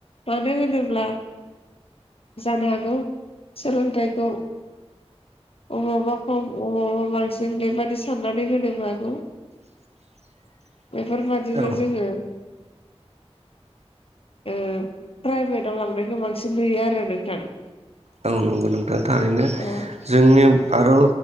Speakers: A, on the left; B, on the right.
A: मानो होनोब्ला जानो हागौ सोलोंथाइखौ अबावबा खम अबावबा बांसिन बेबादि साननानै होनोबो हागौ
B: <unintelligible>
A: बेफोरबायदिनो
B: औ
A: जोङो ओ प्राइभेटआव लांनायखौ बांसिन नुयो आरो नोंथां।
B: औ नंगौ नोंथां थारैनो
A: औ
B: जोंनि आर'